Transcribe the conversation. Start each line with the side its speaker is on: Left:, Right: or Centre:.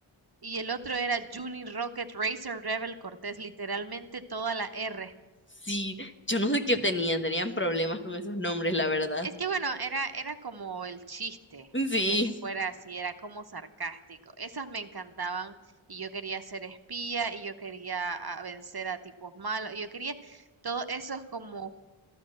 Right: Y el otro era Juni Rocket Racer Rebel Cortés, literalmente toda la R.
Left: Sí, yo no sé qué tenían, tenían problemas con esos nombres, la verdad.
Right: Es que bueno, era, era como el chiste
Left: Sí.
Right: de que fuera así, era como sarcástico. Esas me encantaban y yo quería ser espía y yo quería ah, vencer a tipos malos y yo quería todos esos como